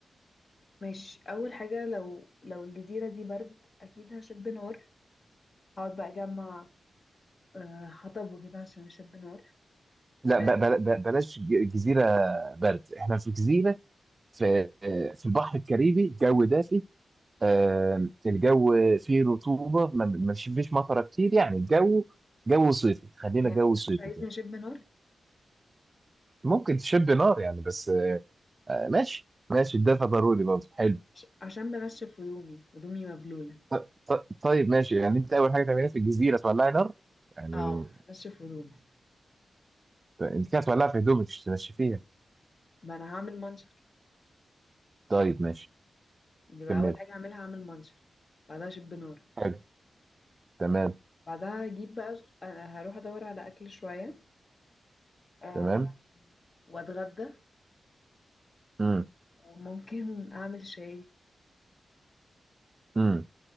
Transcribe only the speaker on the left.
ماشي اول حاجه لو لو الجزيره دي برد اكيد هشب نار هقعد بقى اجمع آه، حطب وكده عشان اشب نار
آه،
يعني
انت
مش عايزني
اشب نار
عش- عشان بنشف هدومي هدومي مبلوله
اه هنشف هدومي
ما انا هعمل منشر
يبقى
اول حاجه هعملها هعمل منشر بعدها اشب نار
بعدها اجيب بقى أنا هروح ادور على اكل شويه آه،
واتغدى
وممكن اعمل شاي